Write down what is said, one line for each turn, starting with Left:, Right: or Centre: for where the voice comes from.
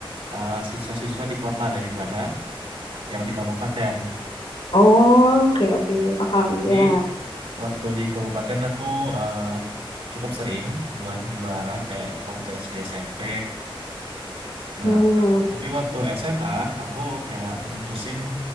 Right: eh, siswa-siswa di kota daripada yang di kabupaten.
Left: Oh oke oke paham
Right: Jadi
Left: ya.
Right: waktu di kabupaten aku eh, cukup sering buat juara kayak waktu SD SMP Nah,
Left: Hmm,
Right: t- tapi waktu SMA aku kayak mutusin